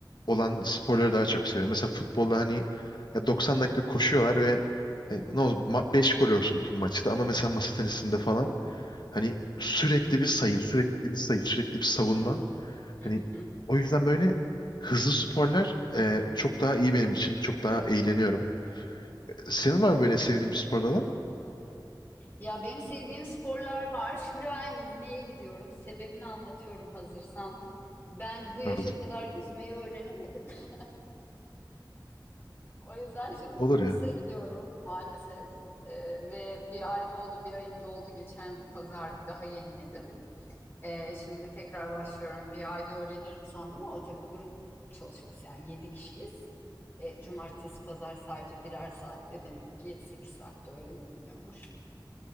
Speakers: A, on the left; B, on the left.
A: olan sporları daha çok seviyorum. Mesela futbolda hani ya 90 dakika koşuyorlar ve hani ne olsun 5 gol olsun tüm maçta ama mesela masa tenisinde falan hani sürekli
B: Hı hı.
A: bir sayı, sürekli bir sayı, sürekli bir savunma.
B: <laughs>
A: Hani o yüzden böyle hızlı sporlar e, çok daha iyi benim için. Çok daha eğleniyorum. Senin var mı böyle sevdiğin bir spor dalı?
B: Ya benim sevdiğim sporlar var. Şimdi ben yüzmeye gidiyorum. Sebebini anlatıyorum hazırsan. Ben bu yaşa
A: Hazır.
B: kadar yüzmeyi öğrenemedim. <laughs> O yüzden şimdi
A: Olur
B: kursa
A: ya.
B: gidiyorum maalesef. Ee, ve bir ay doldu, bir ayım doldu. Geçen pazar bir daha yeniledim. Ee, şimdi tekrar başlıyorum. Bir ayda öğrenirim sandım ama o tabii grup çalışması yani 7 kişiyiz. Ee, cumartesi, pazar sadece birer saatte demek ki 8 saatte öğrenilmiyormuş.